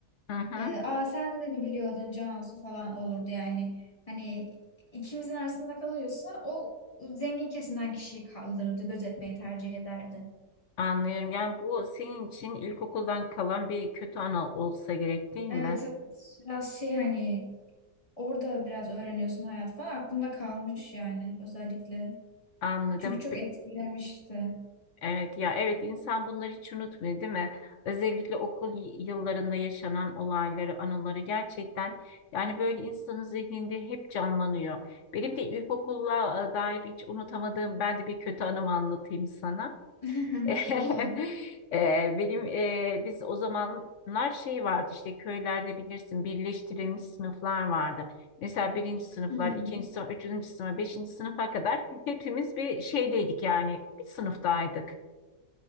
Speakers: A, on the left; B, on the left.
A: Hı hı.
B: Ee, Aa sen de mi biliyordun Cansu falan olurdu yani. Hani ikimizin arasında kalıyorsa o zengin kesimden kişiyi kaldırırdı. Gözetmeyi tercih ederdi.
A: Anlıyorum. Yani bu senin için ilkokuldan kalan bir kötü anı olsa gerek değil mi?
B: Evet, evet. Biraz şey hani orada biraz öğreniyorsun hayat falan. Aklımda kalmış yani özellikle.
A: Anladım.
B: Çünkü çok etkilemişti.
A: Evet ya evet insan bunları hiç unutmuyor değil mi? Özellikle okul y- yıllarında yaşanan olayları, anıları gerçekten yani böyle insanın zihninde hep canlanıyor. Benim de ilkokulla e, dair hiç unutamadığım ben de bir kötü anımı anlatayım sana.
B: <laughs>
A: <laughs>
B: Olur.
A: E, Benim e, biz o zamanlar şey vardı işte köylerde bilirsin birleştirilmiş sınıflar vardı. Mesela birinci sınıflar,
B: Hmm.
A: ikinci sınıf, üçüncü sınıf, beşinci sınıfa kadar hepimiz bir şeydeydik yani bir sınıftaydık.